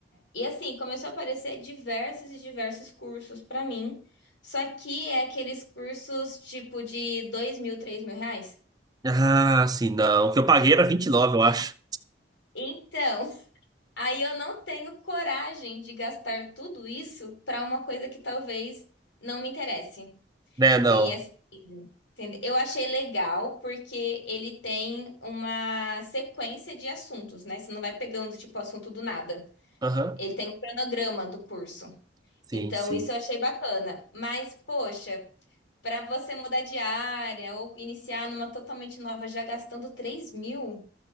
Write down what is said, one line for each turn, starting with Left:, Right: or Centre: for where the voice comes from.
Left: E, assim, começou a aparecer diversos e diversos cursos para mim. Só que é aqueles cursos, tipo, de dois mil, três mil reais.
Right: Ah, sim, não. O que eu paguei era vinte e nove eu acho.
Left: Então, <laughs> aí eu não tenho coragem de gastar tudo isso para uma coisa que talvez não me interesse.
Right: Né, não.
Left: E assim, entende- eu achei legal porque ele tem uma sequência de assuntos, né? Você não vai pegando, tipo, assunto do nada.
Right: Aham.
Left: Ele tem um cronograma do curso.
Right: Sim,
Left: Então,
Right: sim.
Left: isso eu achei bacana. Mas, poxa, para você mudar de área ou iniciar numa totalmente nova já gastando 3 mil,